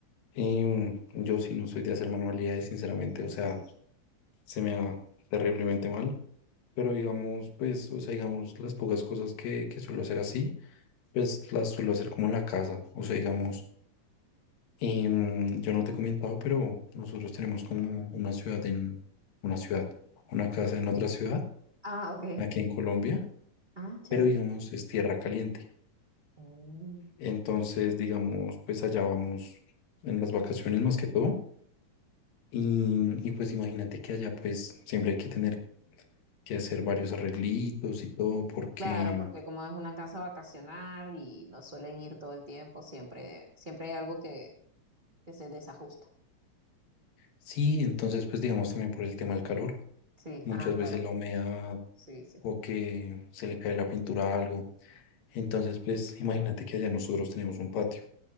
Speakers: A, on the left; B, on the right.
A: Y yo sí no soy de hacer manualidades, sinceramente,
B: <laughs>
A: o sea, se me da terriblemente mal, pero digamos, pues, o sea, digamos, las pocas cosas que, que suelo hacer así, pues las suelo hacer como en la casa, o sea, digamos, em, yo no te he comentado, pero nosotros tenemos como una ciudad en, una ciudad, una casa en otra ciudad,
B: Ah, ok.
A: aquí en Colombia,
B: Ah, chévere.
A: pero digamos, es tierra caliente.
B: Mm.
A: Entonces, digamos, pues allá vamos en las vacaciones más que todo Y, y pues imagínate que allá pues siempre hay que tener que hacer varios arreglitos y todo porque
B: Claro, porque como es una casa vacacional y no suelen ir todo el tiempo, siempre, siempre hay algo que, que se desajusta.
A: sí, entonces pues digamos también por el tema del calor,
B: Sí,
A: muchas
B: ah, claro,
A: veces la humedad
B: sí, sí.
A: o que se le cae la pintura a algo. Entonces pues imagínate que allá nosotros tenemos un patio